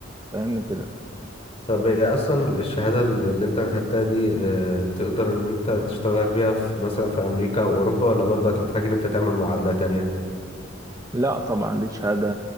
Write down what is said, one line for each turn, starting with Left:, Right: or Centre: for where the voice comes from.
Right: فاهمني كده
Left: طب هي اصلا الشهاده اللي انت اخدتها دي آه، تقدر ان انت تشتغل بيها في مثلا في امريكا او اوروبا ولا برضه هتحتاج ان انت تعمل معادله تانية
Right: لا طبعا دي شهاده